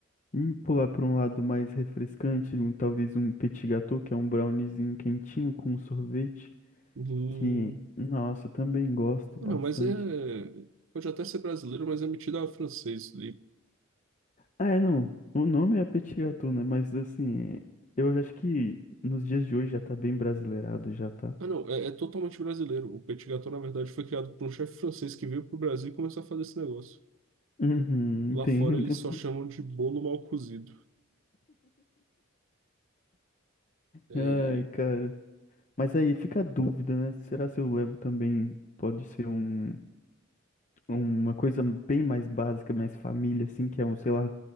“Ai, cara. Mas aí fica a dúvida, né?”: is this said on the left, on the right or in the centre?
Left